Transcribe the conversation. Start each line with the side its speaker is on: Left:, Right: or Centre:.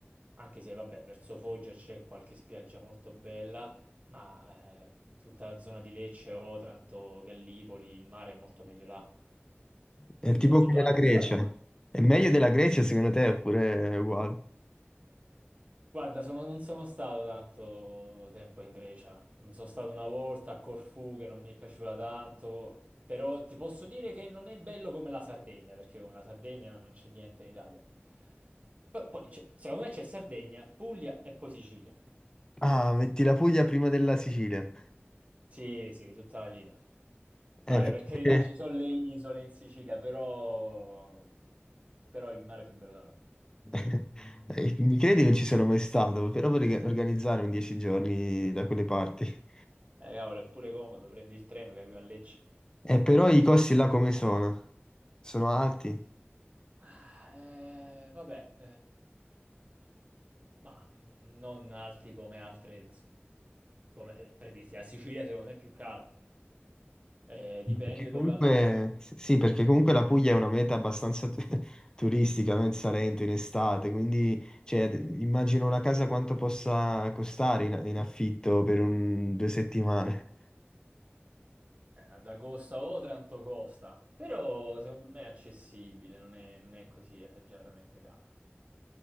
Right: anche se vabbè, verso Foggia c'è qualche spiaggia molto bella, ma eh, tutta la zona di Lecce, Otranto, Gallipoli, il mare è molto meglio là.
Left: È tipo
Right: Soprattutto
Left: come
Right: la
Left: la
Right: costa,
Left: Grecia. È meglio della Grecia secondo te oppure è uguale?
Right: Guarda, sono- non sono stato tanto tempo in Grecia. Mm, Sono stato una volta a Corfù che non mi è piaciuta tanto, però ti posso dire che non è bello come la Sardegna, perché come la Sardegna non c'è niente in Italia. P- Poi, c'è- secondo me c'è Sardegna, Puglia e poi Sicilia.
Left: Ah, metti la Puglia prima della Sicilia.
Right: Sì, sì, tutta la vita. Vabbè,
Left: Eh,
Right: per carità,
Left: perché...
Right: ci sono le isole in Sicilia, però, però il mare è più bello da noi.
Left: <laughs> eh, Mi credi non ci sono mai stato, però vorrei organizzare un dieci giorni da quelle parti.
Right: Eh, cavolo, è pure comodo, prendi il treno che arriva a Lecce.
Left: Eh, però i costi là come sono? Sono alti?
Right: Ah, eh, vabbè, Ma mh, non alti come altre, z- come eh, per dirti, la Sicilia secondo me è più cara. Eh, dipende
Left: Perché <laughs> comunque,
Right: dove alloggi.
Left: sì, perché comunque la Puglia è una meta abbastanza tu- <laughs> turistica, no? Il Salento in estate, quindi cioè, d- immagino una casa quanto possa costare in, in affitto per un- due settimane.
Right: Eh, ad Agosta o Otranto costa, però secondo me è accessibile, non è, non è così esageratamente cara.